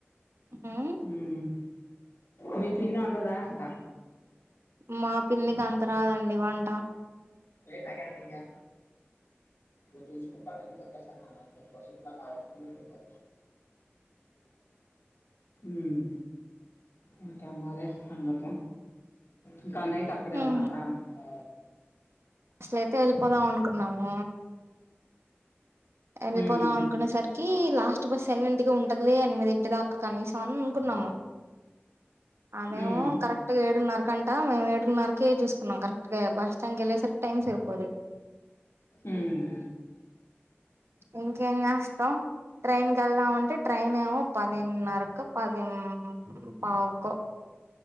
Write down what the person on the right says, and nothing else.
మ్మ్
మా పిన్నిక్ అంత రాదండి వంట
మ్మ్
అసలయితే ఎళ్ళిపోదాం అనుకున్నాము ఎళ్ళిపోదాం
అనుకునేసరి కీ లాస్ట్ బస్ ఎనిమింటికి ఉంటది లే ఎనిమిదింటి దాక్క కనీసం అని అనుకున్నాము అదేమో
కరెక్ ట్ గ్ ఏడున్నరకంటా మేము ఏడున్నరకేజేసుకున్నాం కరక్ట్గా బస్ స్టండ్ కెళ్ళేసరి టైంసరిపోదు
ఇంకేం జేస్తావ్ ట్రైన్ కెళ్దామంటే ట్రైన్ ఏమో పదిన్నరకు పదిం పావుకో